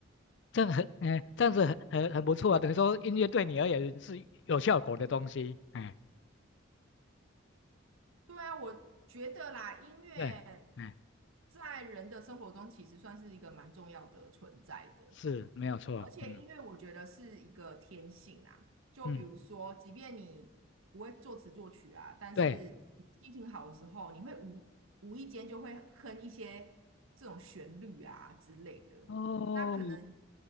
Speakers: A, on the left; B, on the right.
A: 这样很，哎，这样子很很很不错啊，等于说音乐对你而言是有效果的东西，哎，
B: 对啊，我觉得啦，音乐
A: 对，哎，
B: 在人的生活中其实算是一个蛮重要的存在的，
A: 是没有错，
B: 而且音乐我觉得是一个天性啊。
A: 嗯
B: 就比如说，
A: 嗯，
B: 即便你不会作词作曲啊，但是你心情好的时候，
A: 对，
B: 你会无无意间就会哼一些这种旋律啊之类的。
A: 哦，
B: 那可能